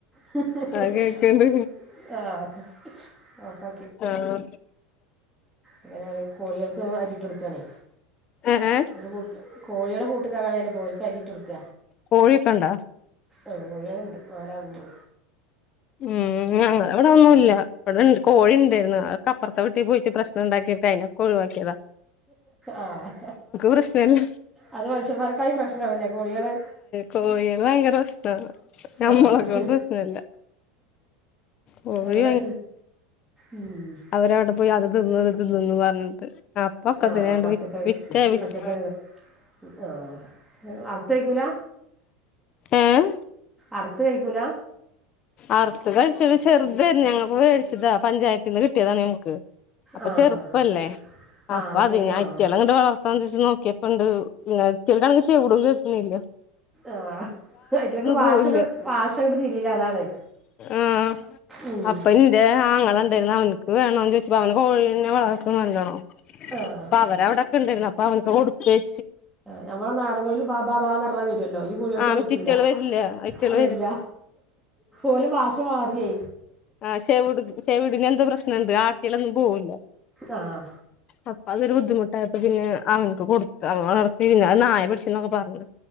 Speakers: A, in the centre; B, on the left (about 30°).
A: <unintelligible>
B: ആ
A: <inaudible>
B: കേക്കണ്ട്
A: ആഹ് ഓഫാ
B: ആഹ്
A: ഇങ്ങനെ <unintelligible> കോയേൾക്ക് അരിട്ടൊട്ക്കാണേ.
B: ഏ
A: ഇങ്ങനെ കൂ കോഴ്യാള് കൂട്ട് കെറാനായ്ലെ അപോൽക്കരിട്ടൊട്ക്ക.
B: കോഴിയൊക്കെണ്ടാ
A: ആഹ് കോയാള്ണ്ട് നാലാള്ണ്ട്.
B: ഉം ഞങ്ങ ഇവടെന്നുല്ല. വടെണ്ട് കോഴി ണ്ടായ്ര്ന്ന് അക്കെപ്പർത്തെ വീട്ടീ പോയ്ട്ട് പ്രശ്നണ്ടാക്കീട്ട് അയ്നൊക്കൊഴ് വാക്ക്യത.
A: ആഹ്
B: പ്രശ്നല്ല
A: അത് മൻഷ്യന്മാരക്കായ് പ്രശ്നാണ്ല്ലേ കോഴ്യേള്.
B: കോയേള് ഭയങ്കരെശ്നാണ് ഞമ്മളെക്കൊണ്ട്
A: ആഹ്
B: പ്രശ്നല്ല. കോഴി
A: അതെ ഉം
B: അവരവടെ പോയ് അത് തിന്ന് ഇത് തിന്ന്ന്ന് പർഞ്ഞ്ട്ട്. അപ്പൊക്കത്തിനാണ്ട്
A: ആഹ് പച്ചക്കറി
B: വിറ്റ് വിറ്റ വിറ്റ്
A: പച്ചക്കറി ആഹ് അറുത്ത് കഴിക്കൂല
B: ഏഹ്
A: അർത്ത് കയ്ക്കൂല?
B: അർത്ത് കഴിച്ചത് ചെർതേര്ന്ന് ഞങ്ങക്ക് വേട്ച്ചതാ പഞ്ചായത്തിന്ന് കിട്ട്യതാണ് ഞങ്ങക്ക്. അപ്പ
A: ആഹ്
B: ചെർപ്പല്ലേ
A: ആഹ് ആഹ്
B: അപ്പ
A: ആഹ് അത്
B: അതിന്
A: ശരി
B: അയ്റ്റേളങ്ങണ്ട്
A: ആഹ്
B: വളർ ത്താൻ <unintelligible> നോക്ക്യപ്പണ്ട് അയ്റ്റേകാണെങ്കി ചൗടും കേക്ക്ണില്ല.
A: ആഹ് അയ്റ്റേൾക്ക് വാഷണ്ട്
B: പോവില്ല
A: വാശങ്കണ്ട് തിരില്ല അതാണ്.
B: ആഹ്
A: ഉം
B: അപ്പ ഇൻ ന്റെ ആങ്ങളണ്ടേര്ന്ന് അവൻക്ക് വേണോ ചോയ്ചപ്പ അവൻ കോഴീനെ വളർത്തും നല്ലോണം.
A: ആഹ്
B: അവരവ്ടെക്കണ്ടേര്ന്ന് അപ്പ അവൻക്ക് കൊട്ത്ത്
A: ഞമ്മളെ നാടൻ കോയാള് ബാ ബാ ബാന്നർഞ്ഞാ വെരൊല്ലോ ഈ കൊയാൾകത്
B: ആ മറ്റിറ്റള്
A: പറ്റൂല
B: വരില്ല അയിറ്റള്
A: അ വെര്ല്ല. ഓല് ഭാശ മാറ്യെ.
B: ആഹ് ചെവ്ട് ചെവ്ടിനെന്തോ പ്രശ്നണ്ട് ആട്ട്യലൊന്നും പോവുല്ല.
A: ആഹ്
B: അപ്പതൊരു ബുദ്ധിമുട്ടായപ്പോ പിന്നെ അവന് ക്ക് കൊടുത്ത് അവൻ വളർത്തി പിന്നെ നായ പിടിച്ച്ന്നൊക്കെ പറിണ്